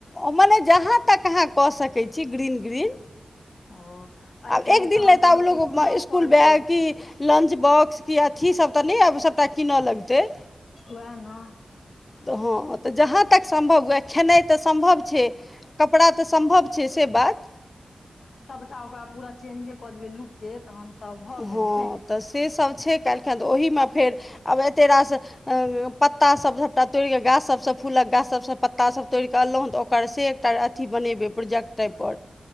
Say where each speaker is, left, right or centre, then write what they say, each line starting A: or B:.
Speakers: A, on the left; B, on the left.
A: ओ मने जहाँ तक अहाँ कऽ सकैत छी ग्रीन- ग्रीन
B: ओ- एहिके
A: आब
B: लेल
A: एक दिन
B: तहन
A: लैऽ तऽ ओ
B: लोकके
A: लो
B: कीनऽ
A: इसकुल
B: पड़तै
A: बै- कि लंच बॉक्स कि अथीसभ तऽ नय आब सभटा कीन लगतै।
B: वैह न
A: त हँ तऽ जहाँ तक सम्भव हुएऽ खेनाइ तऽ सम्भव छै, कपड़ा तऽ सम्भव छै से बात।
B: टा-ओकरा पूरा चेंजे कऽ देबै लुक्के तहन तऽ भऽ गेलै।
A: हँ तऽ से सब छै काल्हिखन, तऽ ओहिमे फेर, आब एते रास अ-पत्तासभ सभटा तोइर कऽ, गाछसभसँ फूलक गाछसभ पत्तासभके तोइड़ कऽ अनलहुँ तऽ, ओकर शेक टा अथी बनेबै प्रोजेक्ट टाइप पर